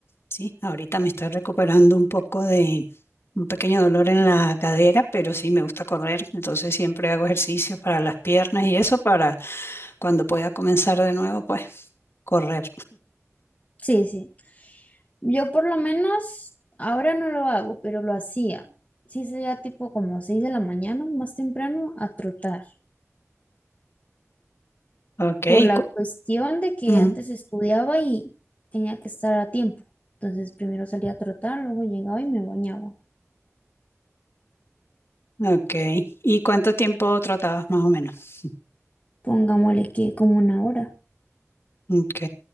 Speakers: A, on the left; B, on the left.
A: sí, ahorita me estoy recuperando un poco de un pequeño dolor en la cadera, pero sí me gusta correr, entonces siempre hago ejercicio para las piernas y eso para cuando pueda comenzar de nuevo, pues correr.
B: Sí, sí. Yo por lo menos ahora no lo hago, pero lo hacía. Sí, salía tipo como 6 de la mañana, más temprano, a trotar.
A: Ok,
B: Por
A: y
B: la
A: cu-
B: cuestión de que
A: ujú,
B: antes estudiaba y tenía que estar a tiempo. Entonces primero salía a trotar, luego llegaba y me bañaba.
A: ok. ¿Y cuánto tiempo trotabas más o menos?
B: Pongámosle que como una hora.
A: Ok.